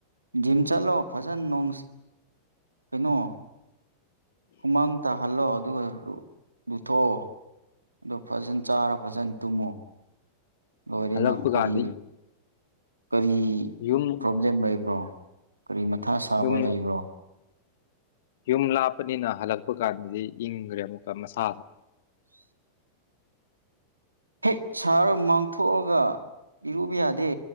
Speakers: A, on the right; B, on the left.
A: ꯖꯤꯝ ꯆꯠꯂꯣ ꯐꯖꯅ ꯅꯣꯡ ꯀꯩꯅꯣ ꯍꯨꯃꯥꯡꯇ ꯇꯥꯍꯜꯂꫭ ꯑꯗꯨꯒ ꯂꯨꯊꯣꯛꯑꯣ ꯑꯗꯨ ꯐꯖꯅ ꯆꯥꯔ ꯐꯖꯅ ꯇꯨꯝꯃꫭ ꯂꫭꯏꯔꯦꯅ
B: ꯍꯜꯂꯛꯄ
A: ꯀꯔꯤ
B: ꯀꯥꯟꯗ
A: ꯀꯔꯤ
B: ꯌꯨꯝ
A: ꯄ꯭ꯔꯣꯕ꯭ꯂꯦꯝ ꯂꯩꯕ꯭ꯔꯣ ꯀꯔꯤ ꯃꯊꯥ ꯁꯥꯕ
B: ꯌꯨꯝ
A: ꯂꯩꯕ꯭ꯔꯣ
B: ꯌꯨꯝ ꯂꯥꯞꯄꯅꯤꯅ ꯍꯜꯂꯛꯄ ꯀꯥꯟꯗꯗꯤ ꯏꯪꯈ꯭ꯔꯦ ꯑꯃꯨꯛꯀ ꯃꯁꯥ
A: ꯍꯦꯛ ꯁꯥꯔꯒ ꯍꯨꯃꯥꯡꯊꯣꯛꯑꯒ ꯏꯔꯨꯕ ꯌꯥꯗꯦ